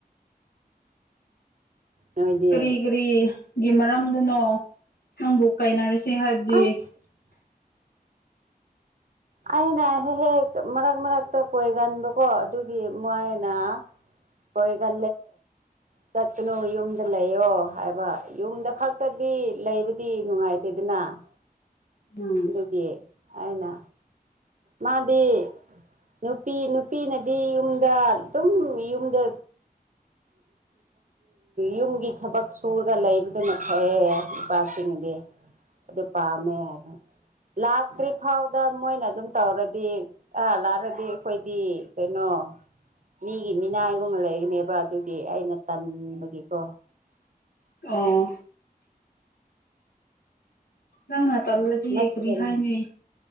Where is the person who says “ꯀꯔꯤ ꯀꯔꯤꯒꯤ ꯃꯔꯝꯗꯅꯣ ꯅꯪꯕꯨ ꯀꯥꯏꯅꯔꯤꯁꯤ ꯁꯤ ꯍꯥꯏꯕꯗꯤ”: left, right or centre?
Left